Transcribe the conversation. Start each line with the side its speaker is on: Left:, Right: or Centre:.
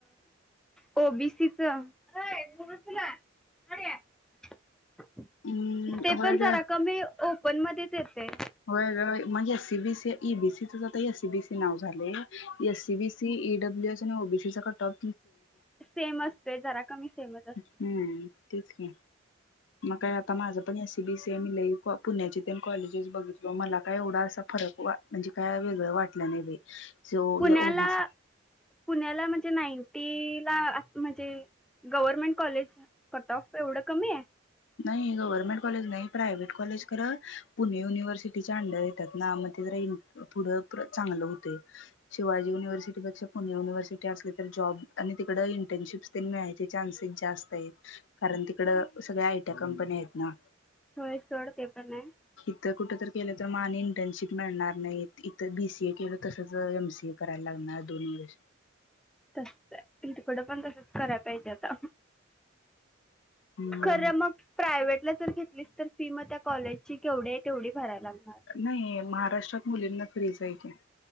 Centre: ओबीसीचं <unintelligible>
Left: अम्म
Centre: ते
Left: होय
Centre: पण जरा
Left: ग.
Centre: कमी ओपन मध्येच येतय
Left: होय ग, म्हणजे सीबीसी ईबीसीच आता एससीबीसी नाव झालयं. S C B C इईडब्ल्यू S <unintelligible> OBC चां कठऑफ
Centre: सेम असते जरा कमी सेमच असते
Left: हम्म तेच की मग काय? आता माझं पण एसी बीसी ते मी लय पुण्याचे कॉलेजेस बघितल मला काय? एवढा असा फरक म्हणजे काय? वेगळं वाटलं नाही बाई सो
Centre: पुण्याला
Left: या ओबीसी
Centre: पुण्याला म्हणजे नाईंटी म्हणजे गव्हर्नमेंट कॉलेज कट ऑफ एवढं कमी आहे.
Left: नाही गव्हर्मेंट कॉलेज नाही प्रायव्हेट कॉलेज खरं पुणे युनिव्हर्सिटीच्या अंडर येतात. ना मग ते जरा पुढं चांगलं होतय. शिवाजी युनिव्हर्सिटी पेक्षा पुणे युनिव्हर्सिटी असली तर जॉब आणि तिकडं इंटर्नशिप्स <unintelligible> मिळायचे चान्सेस जास्त आहेत कारण तिकडं सगळ्या आईत. त्या कंपनी आहेत ना.
Centre: होय सोड ते पण आहे.
Left: इथ कुठ तर केलं तर मग आणि इंटर्नशिप मिळणार नाही इथ बी सी ए केलं तसच एम सी. ए करायला लागणार दोन वर्ष
Centre: <inaudible> पण तिकडे पण तसच करायला पाहिजे आता.
Left: हम्म
Centre: खरं मग प्रायवेट जर घेतली तर फी मग त्या कॉलेजची केवढी आहे तेवढी भरायला लागणार.
Left: नाही महाराष्ट्रात मुलींना फ्रीच हाय. <unintelligible>